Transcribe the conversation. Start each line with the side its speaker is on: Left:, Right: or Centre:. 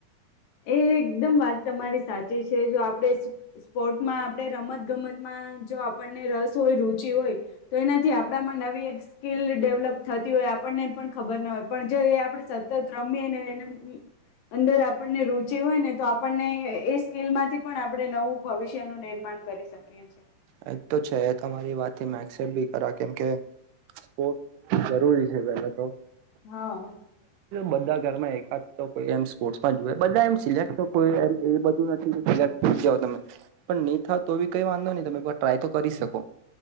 Left: એ એકદમ વાત તમારી સાચી છે જો આપણે સ્પોર્ટમાં આપણે રમત ગમતમાં હા જો આપણને રસ હોય રુચિ હોય તો એનાથી આપણામાં નવી એક સ્કીલ ડેવલપ થતી હોય આપણને પણ ખબર ના હોય પણ જો એ આપણે સતત રમીને એ અંદર આપણ ને રુચિ હોય ને તો આપણને એ સ્કીલ માંથી પણ આપણે નવું ભવિષ્યનું નિર્માણ કરી શકીએ છી
Right: એજ તો છે તમારી વાતથી મે એક્સેપ્ટ ભી કરા કેમ કે જરૂરી છે પેલા તો
Left: હા
Right: બધા ઘરમાં એકાદ તો કોઈ એમ સ્પોટ મા જુવે બધા એમ સિલેક્ટ કોઈ એમ એ બધું નથી કે સિલેક્ટ થઈ જઓ તમે પણ નહી થાય તો કઈ વાંધો નહી તમે ટ્રાય તો કરી શકો